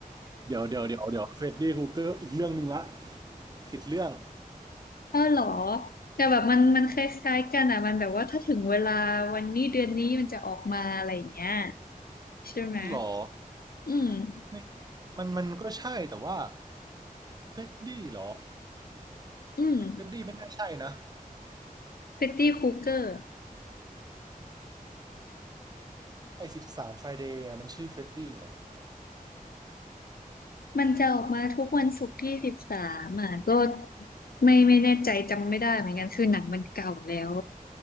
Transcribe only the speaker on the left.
<laughs> ออเหรอแต่แบบมันมันคล้ายๆกันอ่ะมันแบบว่าถ้าถึงเวลาวันนี้เดือนนี้มันจะออกมาอะไรอย่างเงี้ย ใช่ไหม
อืม
อืม
f ริตตี้คูเกอร์
มันจะออกมาทุกวันศุกร์ที่สิบสามอ่ะก็ไม่ไม่แน่ใจจำไม่ได้เหมือนกันคือหนังมันเก่าแล้ว